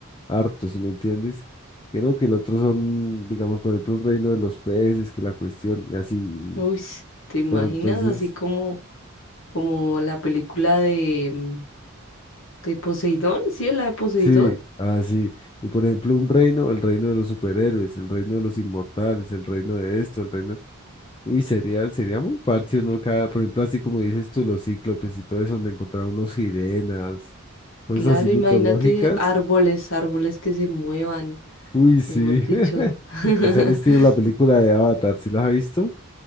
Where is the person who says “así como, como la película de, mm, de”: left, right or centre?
Left